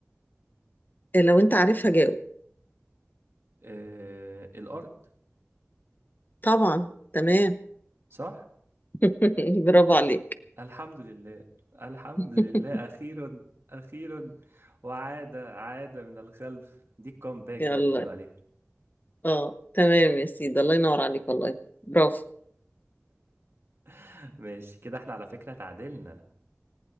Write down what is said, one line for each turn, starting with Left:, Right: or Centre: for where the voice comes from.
Left: لو انت عارفها جاوب
Right: آه الأرض
Left: طبعا تمام
Right: صح؟
Left: <laughs> برافو عليك
Right: الحمد لله الحمد
Left: <laughs>
Right: لله أخيرا أخيرا وعادة عادة من الخلف دي الكومباك
Left: يلا
Right: بقى اللي بيقولوا عليها
Left: اه تمام يا سيدي الله ينور عليك والله برافو
Right: <laughs> ماشي كده احنا على فكرة تعادلنا